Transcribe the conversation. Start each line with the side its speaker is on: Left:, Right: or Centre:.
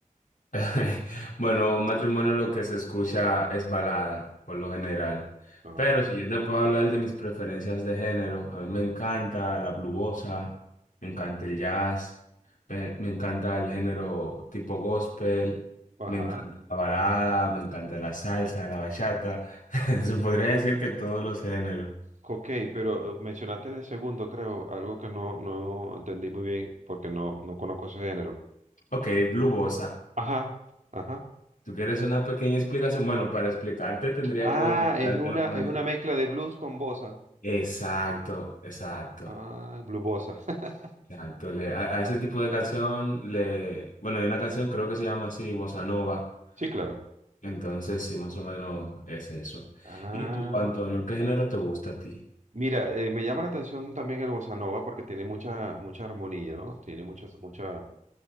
Left: <laughs> Bueno, un matrimonio lo que se escucha es balada, por lo general.
Right: Ah,
Left: Pero si yo te puedo hablar de mis preferencias de género, a mí me encanta la blubosa, me encanta el jazz, me, me encanta el género tipo gospel,
Right: ajá.
Left: me encanta la balada, me encanta la salsa, la bachata. <laughs> Se podría decir que todos los géneros.
Right: Ok, pero eh, mencionaste de segundo, creo, algo que no, no entendí muy bien porque no, no conozco ese género.
Left: Ok, blubosa.
Right: Ajá, ajá.
Left: ¿Tú quieres una pequeña explicación? Bueno, para explicarte tendría
Right: Ah,
Left: que demostrártelo
Right: es una,
Left: con
Right: es
Left: el...
Right: una mezcla de blues con bossa.
Left: Exacto, exacto.
Right: Ah, blues bossa. <laughs>
Left: Exacto, le- a, a ese tipo de canción le, bueno, hay una canción creo que se llama así, Bossa Nova,
Right: Sí, claro.
Left: entonces sí, más o menos es eso.
Right: Ah.
Left: ¿Y tú, Antonio, qué género te gusta a ti?
Right: Mira, eh, me llama la atención también el bossa nova porque tiene mucha, mucha armonía, ¿no? Tiene muchos, muchos